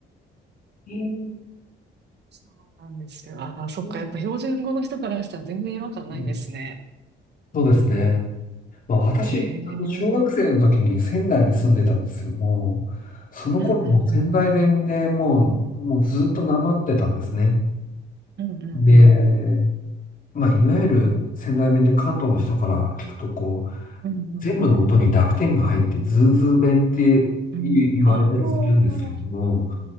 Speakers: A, on the left; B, on the right.
A: ええ
B: そうなんですよ。ああ、そっか。
A: う
B: やっぱ標準語の人からしたら全然違和感ないんですね。
A: んそうですね。まあ、私、
B: へえ。
A: あの小学生の時に仙台に住んでたんですけども、その頃もう仙台弁でもう、
B: うんうんうん。
A: もうずっとなまってたんですね。
B: うんうんうん。
A: で、まあ、いわゆる仙台弁で関東の人から聞くと、こう、
B: うんうん。
A: 全部の音に濁点が入って、ズーズー弁って言言われたりするんですけども、
B: うん、ああ。